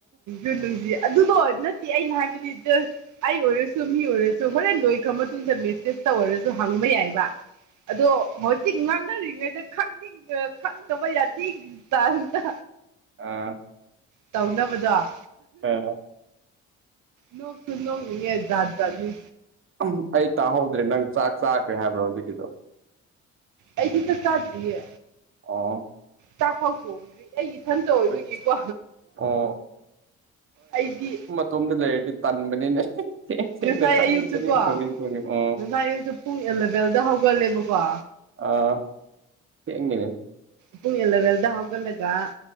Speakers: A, on the right (about 75°); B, on the right (about 45°).
A: <unintelligible> ꯑꯗꯨꯗꯣ ꯅꯠꯇꯦ ꯑꯩꯅ ꯍꯥꯏꯕꯗꯤ ꯖꯥꯁ__ ꯑꯩ ꯑꯣꯏꯔꯁꯨ ꯃꯤ ꯑꯣꯏꯔꯁꯨ ꯍꯣꯔꯦꯟ ꯂꫭꯏꯈ꯭ꯔ ꯃꯇꯨꯡꯗ ꯃꯦꯁꯦꯁꯇ ꯑꯣꯏꯔꯁꯨ ꯍꯪꯕ ꯌꯥꯏꯕ꯫ ꯑꯗꯣ ꯍꯧꯖꯤꯛ ꯉꯥꯡꯅꯔꯤꯉꯩꯗ ꯈꯪꯅꯤꯡꯅ ꯈꯪꯗꯕ ꯌꯥꯗꯦꯒꯤ ꯇꯥꯞꯇꯥ꯫
B: ꯑꯥ
A: ꯇꯧꯅꯕꯗꯣ
B: ꯑꯥ
A: ꯅꯣꯛꯁꯨ ꯅꯣꯛꯅꯤꯡꯉꯦ ꯖꯠꯖꯠꯅꯤ꯫
B: ꯎꯝ ꯑꯩ ꯇꯥꯍꯧꯗ꯭ꯔꯦ ꯅꯪ ꯆꯥꯛ ꯆꯥꯈꯦ ꯍꯥꯏꯕ꯭ꯔꯣ ꯍꯧꯖꯤꯛꯀꯤꯗꯣ꯫
A: ꯑꯩꯗꯤ ꯆꯥꯛ ꯆꯥꯗ꯭ꯔꯤꯌꯦ꯫
B: ꯑꫭ
A: ꯆꯥꯛꯐꯥꯎ ꯊꯣꯡꯗ꯭ꯔꯤ ꯑꯩ ꯏꯊꯟꯇ ꯑꯣꯏꯕꯒꯤꯀꯣ
B: ꯑꯁ ꯑꯣ
A: ꯑꯩꯗꯤ__
B: ꯏꯇꫭꯝꯗ ꯂꯩꯔꯗꯤ ꯇꯟꯕꯅꯤꯅꯦ꯫ ꯊꯦꯡ ꯊꯦꯡꯅ
A: ꯉꯁꯥꯏ
B: ꯆꯥꯅꯤꯡ
A: ꯑꯌꯨꯛꯁꯨ
B: ꯆꯥꯅꯤꯡ
A: ꯀꯣ
B: ꯊꯣꯡꯅꯤꯡ ꯊꯣꯡꯅꯤꯡ ꯑꯣ
A: ꯉꯁꯥꯏ ꯑꯌꯨꯛꯁꯨ ꯄꯨꯡ ꯑꯦꯂꯚꯦꯟꯗ ꯍꯧꯒꯠꯂꯦꯕꯀꯣ꯫
B: ꯑꯥ ꯊꯦꯡꯉꯤꯅꯦ
A: ꯄꯨꯡ ꯑꯦꯂꯚꯦꯟꯗ ꯍꯧꯒꯠꯂꯒ꯫